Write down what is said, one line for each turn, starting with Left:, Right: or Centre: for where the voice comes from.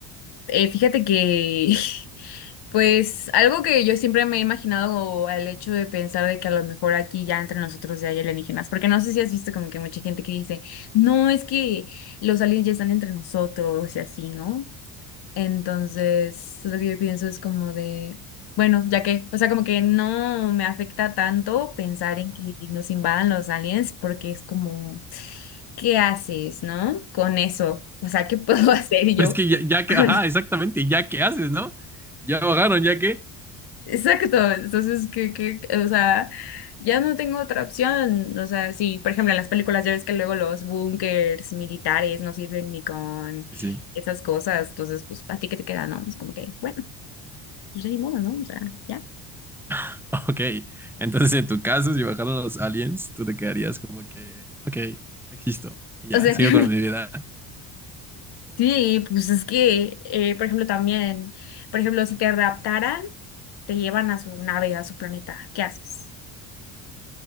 Left: eh, fíjate que <laughs> Pues algo que yo siempre me he imaginado al hecho de pensar de que a lo mejor aquí ya entre nosotros ya hay alienígenas, porque no sé si has visto como que mucha gente que dice, no, es que los aliens ya están entre nosotros y así, ¿no? Entonces, lo que yo pienso es como de, bueno, ya que, o sea, como que no me afecta tanto pensar en que nos invadan los aliens, porque es como, ¿qué haces, no? Con eso, o sea, ¿qué puedo <laughs> hacer yo?
Centre: Pues que ya, ya
Left: <laughs>
Centre: que, ajá, exactamente, ya que haces, ¿no? Ya bajaron, ya que.
Left: Exacto, entonces, que, que, o sea, ya no tengo otra opción, o sea, sí, por ejemplo, en las películas ya ves que luego los búnkers militares no sirven ni con
Centre: Sí, sí.
Left: esas cosas, entonces, pues, a ti qué te queda, no? Es como que, bueno, pues ya ni modo, ¿no? O sea, ya.
Centre: <laughs> Ok, entonces en tu caso, si bajaron los aliens, tú te quedarías como que, ok, existo, y ya,
Left: O sea
Centre: sigo
Left: que,
Centre: con mi vida.
Left: <laughs> sí, pues es que, eh, por ejemplo, también, por ejemplo, si te raptaran, te llevan a su nave, a su planeta, ¿qué haces?